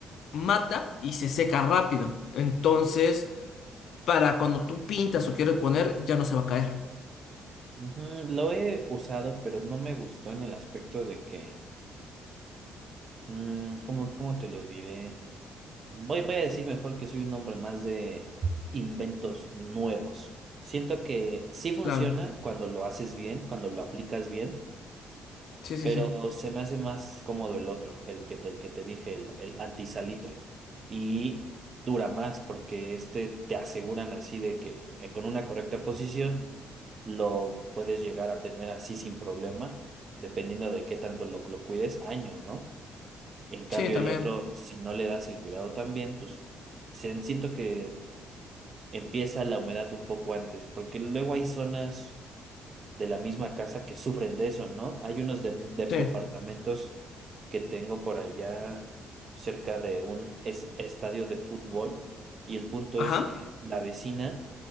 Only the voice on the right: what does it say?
Ujú, Lo he usado, pero no me gustó en el aspecto de que, mm, ¿cómo, cómo te lo diré? Voy, voy a decir mejor que soy un hombre más de inventos nuevos. Siento que sí funciona
cuando lo haces bien, cuando lo aplicas bien
pero
se me hace más cómodo el otro, el que, el que te dije, el, el antisalitre. Y dura más porque este te aseguran así de que eh, con una correcta posición lo puedes llegar a tener así sin problema, dependiendo de qué tanto lo, lo cuides, años, ¿no? En cambio,
el otro, si no le das el cuidado también, pues se- siento que empieza la humedad un poco antes, porque luego hay zonas de la misma casa que sufren de eso, ¿no? Hay unos de- de-
departamentos que tengo por allá cerca de un es- estadio de fútbol y el punto
es que la vecina,